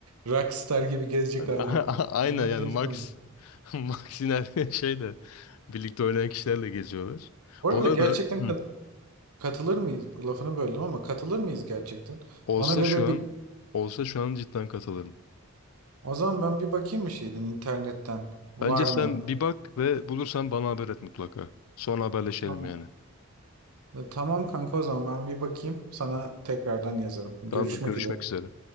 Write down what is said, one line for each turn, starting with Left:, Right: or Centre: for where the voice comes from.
Right: rockstar gibi gezecek
Left: <laughs> A-
Right: adamlar
Left: Aynen yani
Right: değil
Left: Max
Right: sanırım.
Left: <laughs> Max yine <laughs> şeyle birlikte oynayan kişilerle geziyorlar.
Right: Bu arada
Left: Bu arada
Right: gerçekten
Left: Hı.
Right: kat- katılır mıyız? Lafını böldüm ama katılır mıyız gerçekten?
Left: olsa
Right: Ona göre
Left: şu an
Right: bir
Left: olsa şu an cidden katılırım.
Right: o zaman ben bir bakayım bir şeyden internetten var
Left: Bence sen
Right: mı?
Left: bir bak ve bulursan bana haber et mutlaka. Sonra haberleşelim
Right: Tamam.
Left: yani.
Right: E, tamam kanka o zaman ben bir bakayım sana tekrardan yazarım. Görüşmek
Left: Tamamdır, görüşmek
Right: üzere.
Left: üzere.